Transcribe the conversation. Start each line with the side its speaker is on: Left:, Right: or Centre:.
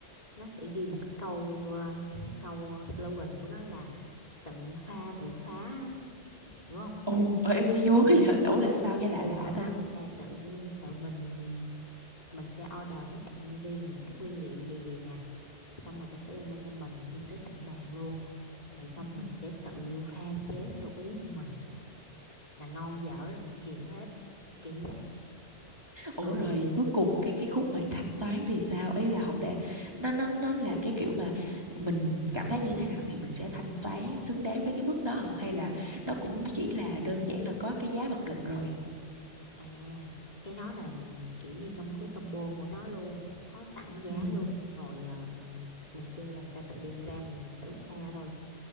Left: nó sẽ ghi một cái câu à, cái câu slogan của nó là tự pha tự phá á. hiểu không
Right: Ồ, ê, nghe vui
Left: ờ
Right: vậy. Ủa là sao nghe lạ lạ
Left: ừ
Right: ta?
Left: là tự tự mình mình sẽ order mấy bạn nhân viên những cái nguyên liệu như vậy vậy nè xong người ta sẽ đem ra cho mình đem tới tận bàn luôn rồi xong
Right: Ừ.
Left: mình sẽ tự pha chế theo ý của mình là ngon dở là mình chịu hết kiểu như vậy
Right: Ủa
Left: ừ
Right: rồi cuối cùng cái cái khúc mà thanh toán thì sao? Ý là không lẽ nó nó nó là cái kiểu mà mình cảm thấy như thế nào thì mình sẽ thanh toán xứng đáng với cái mức đó hả? Hay là nó cũng chỉ là đơn giản là có cái giá mặc định rồi.
Left: à cái đó là kiểu như trong cái combo của nó luôn có sẵn giá
Right: Ừ.
Left: luôn rồi ờ, mình kêu là người ta tự đem ra mình tự pha thôi